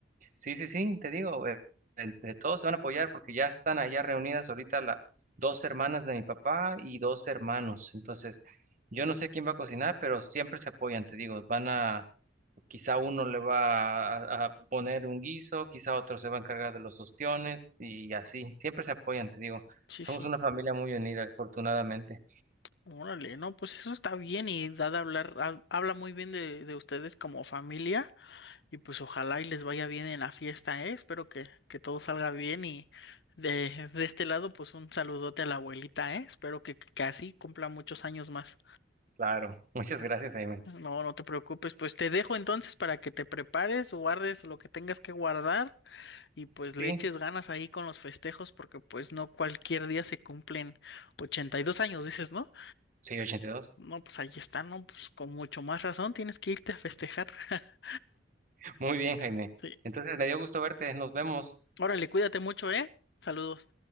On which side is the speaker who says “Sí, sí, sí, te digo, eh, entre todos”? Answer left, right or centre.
Right